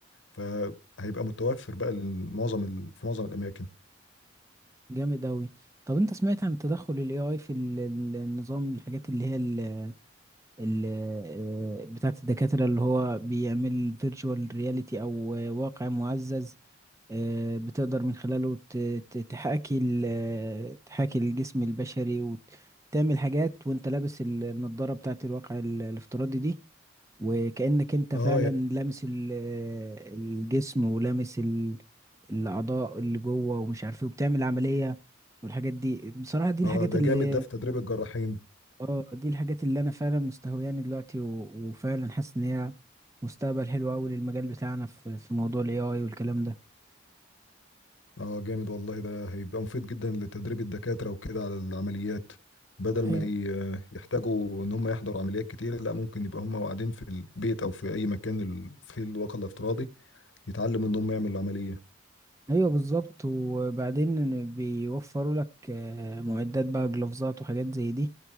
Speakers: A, on the left (about 65°); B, on the right (about 15°).
A: فهيبقى متوفر بقى لمعظم ال... في معظم الاماكن
B: جامد أوي طب أنت سمعت عن تدخل ال AI في ال- ال- النظام الحاجات اللي هي ال ال آه، بتاعة الدكاترة اللي هو بيعمل فيرتشوال رياليتي أو آه، واقع معزز آه، بتقدر من خلاله ت- ت- تحاكي ال- آه، تحاكي الجسم البشري وتعمل حاجات وأنت لابس النضارة بتاعة الواقع ال- الافتراضي دي وكأنك انت
A: اه
B: فعلا
A: يعني
B: لامس ال- الجسم ولامس ال- الأعضاء اللي جوه ومش عارف ايه وبتعمل عملية والحاجات دي بصراحة دي الحاجات
A: اه ده
B: اللي
A: جامد ده في تدريب الجراحين
B: اه دي الحاجات اللي انا فعلا مستهوياني دلوقتي و... وفعلا حاسس ان هي مستقبل حلو قوي للمجال بتاعنا في في موضوع الاي اي والكلام
A: اه جامد والله ده هيبقى مفيد جدا لتدريب الدكاترة وكده على العمليات بدل
B: ده
A: ما ي- يحتاجوا ان هم يحضروا عمليات كتير لا ممكن يبقى هم قاعدين في البيت او في اي مكان ال- في الواقع الافتراضي يتعلموا ان هم يعملوا عملية
B: ايوه بالظبط وبعدين بيوفروا لك آه، معدات بقى جلوفزات وحاجات زي دي